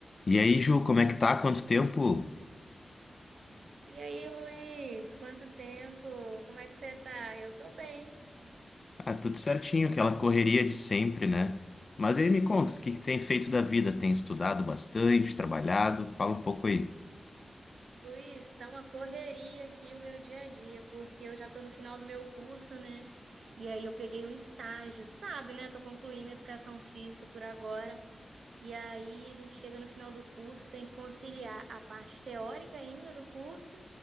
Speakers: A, on the left (about 50°); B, on the right (about 85°).
A: E aí, Ju, como é que tá? Quanto tempo?
B: E aí, Luiz, quanto tempo? Como é que você tá? Eu tô bem.
A: Ah, tudo certinho, aquela correria de sempre, né? Mas aí me conta, o que que tem feito da vida? Tem estudado bastante, trabalhado? Fala um pouco aí.
B: Luiz, tá uma correria aqui o meu dia a dia, porque eu já tô no final do meu curso, né? E aí eu peguei um estágio, sabe, né? Tô concluindo educação física por agora. E aí a gente chega no final do curso, tem que conciliar a parte teórica ainda do curso